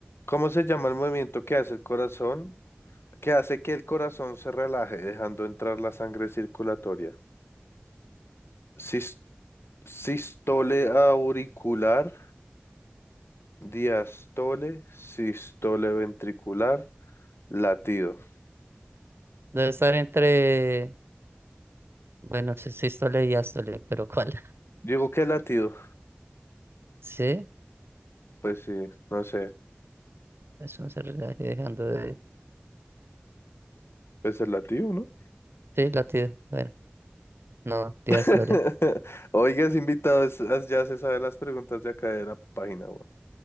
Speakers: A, on the left; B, on the right.
A: ¿Cómo se llama el movimiento que hace el corazón? Que hace que el corazón se relaje, dejando entrar la sangre circulatoria. Sis- sistole auricular, diastole, sistole ventricular, latido.
B: Debe estar entre. Bueno, sí, sí, Stole y Astole, pero ¿cuál? <laughs>
A: Digo, ¿qué latido?
B: Sí,
A: Pues sí, no sé.
B: eso no se relaje dejando de.
A: Pues el latido, no
B: Sí, latido. Bueno, no, Díaz
A: <laughs>
B: Lore.
A: Oigas, invitados, ya se sabe las preguntas de acá de la página, weón.